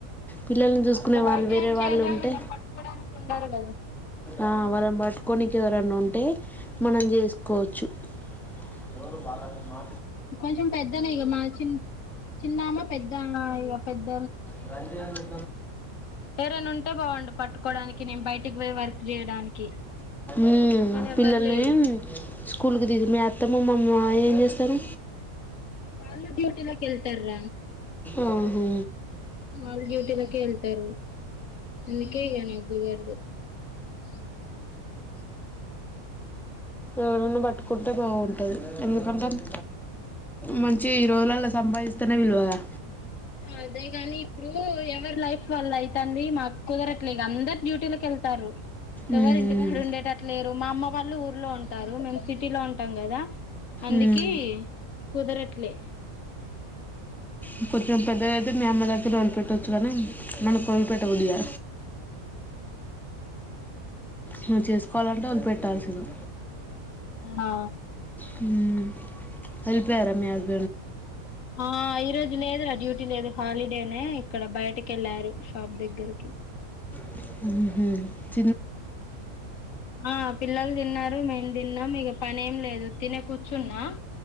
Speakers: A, in the centre; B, on the left.
A: పిల్లల్ని చూసుకునే
B: ఇక
A: వాళ్ళు
B: బయట
A: వేరే
B: ఏం చేయలేము
A: వాళ్ళు ఉంటే,
B: వీళ్ళని పట్టుకోడానికి ఉండరు కదా
A: ఆ వాళ్ళని పట్టుకోనికి ఎవరన్నా ఉం టే మనం చేసుకోవచ్చు ఎవరు బాల మా
B: కొంచెం పెద్దనే ఇగ మా చిన్ చిన్నామే పెద్దంగా ఇక పెద్ద
A: హమ్
B: ఎవరైనా ఉంటే బాగుండు పట్టుకోవడానికి నేను బయటికి పోయి వర్క్ చేయడానికి
A: ఉమ్
B: కానీ ఎవరు
A: పిల్లల్ని
B: లేరు
A: స్కూల్కి <unintelligible> మీ అత్తమ్మ మీ మామయ్య ఏం చేస్తారు
B: వాళ్ళు డ్యూటీల కెళ్తర్ర
A: ఆహా.
B: వాళ్ళు డ్యూటీలకె టరు అందుకే ఇగ నేను <unintelligible>
A: ఎవలన్న పట్టుకుంటే బాగుంటది ఎందు కంటెంట్ మం చె ఈ రోజులల్ల సంప తనే విలువగా
B: అదేగాని ఇప్పుడు ఎవర్ లైఫ్ వల్ల అయితంది మాకు కుదరట్లే ఇగ అందరు డ్యూటీలకి వెళ్తాన్ రు
A: మ్మ్.
B: ఎవరు ఇంటికాడు ఉండేటట్లు లేరు మా అమ్మ వాళ్ళు ఊర్లో ఉంటారు మేం సిటీలో ఉంటాం కదా అందుకి
A: మ్మ్.
B: కుదరట్లే
A: అ కొంచం పెద్దగా అయితే మీ అమ్మ దగ్గ్ ర పెట్టొచ్చు కానీ మన కోపేట బదియా నువ్వు చేసుకోవాలంటే వాళు పెట్టాల్సింది
B: ఆ ఆ
A: హ అలి ప్యార మీ ఆగ
B: ఆ ఈ రోజు లేదురా డ్యూటీ లేదు హాలిడేనే ఇక్కడ బయటకి వెళ్లారు షాప్ దగ్గరకి
A: ఆ
B: ఆ పిల్లలు తిన్నారు మేము తిన్నాం ఇక పని ఏం లేదు తినే కూర్చున్నా